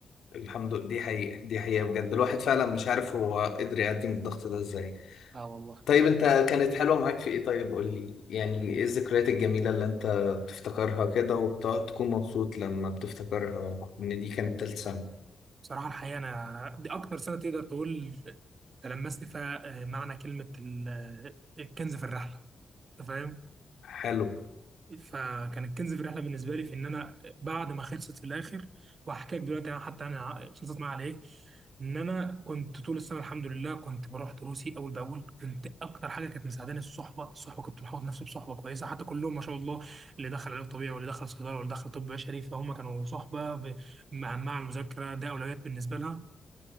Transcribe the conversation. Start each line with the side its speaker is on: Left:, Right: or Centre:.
Left: الحمد لله دي حقيقه دي حقيقه بجد الواحد فعلا مش عارف هو قدر يقدم الضغط ده ازاي
Right: اه والله
Left: طيب انت كانت حلوة معاك في ايه طيب قول لي يعني ايه الذكريات الجميلة اللي انت بتفتكرها كده وبتقعد تكون مبسوط لما بتفتكرها ان دي كانت تالت سنة
Right: بصراحه الحقيقه انا دي اكتر سنه تقدر تقول تلمست فيها آه، معنى كلمه ال- آه، الكنز في الرحله انت فاهم
Left: حلو
Right: فكان الكنز في الرحله بالنسبه لي في ان انا بعد ما خلصت في الاخر وهحكي لك دلوقتي انا حتى انا ع- خلصت معايا على ايه ان انا كنت طول السنه الحمد لله كنت بروح دروسي اول باول كنت اكتر حاجه كانت مساعداني الصحبه الصحبه كنت محوط نفسي بصحبه كويسه حتى كلهم ما شاء الله اللي دخل علاج طبيعي واللي دخل صيدله واللي دخل طب بشري فهم كانوا صحبه ب- مهمه على المذاكره ده اولويات بالنسبه لها